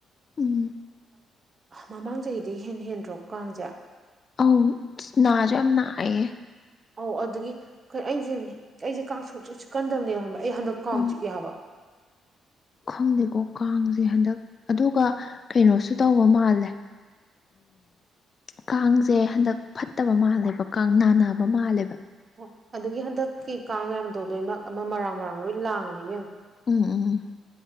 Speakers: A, on the left; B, on the right.
A: ꯎꯝ
B: ꯃꯃꯥꯡ ꯆꯍꯤꯗꯤ ꯍꯦꯟ ꯍꯦꯟꯗ꯭ꯔꯣ ꯀꯥꯡꯁꯦ
A: ꯑꯧ ꯅꯥꯁꯨ ꯌꯥꯝ ꯅꯥꯏꯌꯦ
B: ꯑꯧ ꯑꯗꯨꯗꯒꯤ ꯑꯩꯣꯏ ꯑꯩꯁꯦ ꯑꯩꯁꯦ ꯀꯥꯡꯛꯀꯟꯗꯕꯅꯦꯕ ꯑꯩ ꯍꯟꯗꯛ ꯀꯥꯡ
A: ꯎꯝ
B: ꯆꯤꯛꯑꯦ ꯍꯥꯏꯕ
A: ꯈꯪꯗꯦꯀꯣ ꯀꯥꯡꯁꯦ ꯍꯟꯗꯛ ꯑꯗꯨꯒ ꯀꯩꯅꯣꯁꯨ ꯇꯧꯕ ꯃꯥꯜꯂꯦ ꯀꯥꯡꯁꯦ ꯍꯟꯗꯛ ꯐꯠꯇꯕ ꯃꯥꯜꯂꯦꯕ ꯀꯥꯡ ꯅꯥꯟꯅꯕ ꯃꯥꯜꯂꯦꯕ
B: ꯑꯣ ꯑꯗꯨꯒꯤ ꯍꯟꯗꯛꯀꯤ ꯀꯥꯡ ꯃꯌꯥꯝꯗꯣ ꯂꯣꯏꯅꯃꯛ ꯑꯃ ꯃꯔꯥꯡ ꯃꯔꯥꯡ ꯂꯣꯏ ꯂꯥꯡꯕꯅꯦꯕꯦꯝ
A: ꯎꯝ ꯎꯝ ꯎꯝ